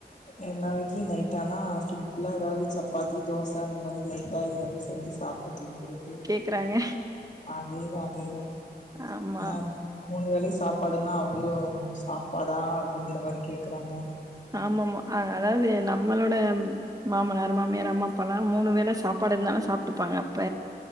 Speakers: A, on the left; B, on the right.
A: எல்லா வீட்லயு நைட் ஆனா சிம்பிளா ஏதாவது சப்பாத்தி தோச அந்த மாரி லைட்டா ஏதாவது செஞ்சு சாப்ட்டு தூங்றது
B: க்கறாங்க
A: அதே தா அதே தா
B: ஆமா
A: நா மூனுவேலையு சாப்பாடுன்னா அவுங்களு சாப்பாடா அப்டிங்கிற மாரி கேக்றாங்க
B: ஆமம்மா அ அதாவது நம்மளோட மாமனார் மாமியார் அம்மா அப்பல்லா மூனு வேளசாப்பாடு இருந்தாலு சாப்டுப்பாங்க அப்ப